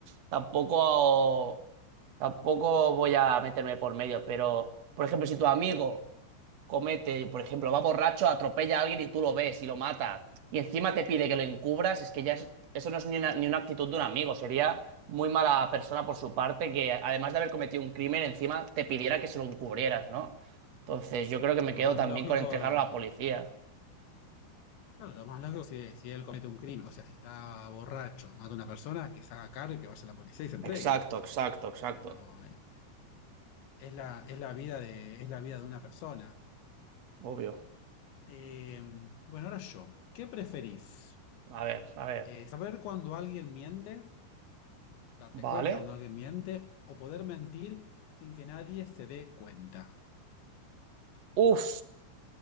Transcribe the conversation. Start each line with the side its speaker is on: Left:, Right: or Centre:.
Right: tampoco, tampoco voy a meterme por medio. Pero, por ejemplo, si tu amigo comete, por ejemplo, va borracho, atropella a alguien y tú lo ves y lo mata, y encima te pide que lo encubras, es que ya es- eso no es ni una, ni una actitud de un amigo. Sería muy mala persona por su parte que, además de haber cometido un crimen, encima te pidiera que se lo encubrieras, ¿no? Entonces, yo creo
Left: Claro,
Right: que me
Left: lo
Right: quedo
Left: más
Right: también
Left: lógico,
Right: con entregarlo a la policía.
Left: claro, lo más lógico si, si él comete un crimen, o sea, si está borracho, mata a una persona, que se haga cargo y que vaya a la policía y se entregue.
Right: Exacto, exacto,
Left: O
Right: exacto.
Left: sea, no, eh, es la, es la vida de, es la vida de una persona.
Right: Obvio.
Left: Eh, bueno, ahora yo. ¿Qué preferís?
Right: A ver, a ver.
Left: Eh, ¿saber cuando alguien miente, darte
Right: Vale.
Left: cuenta cuando alguien miente, o poder mentir sin que nadie se dé cuenta?
Right: Uf.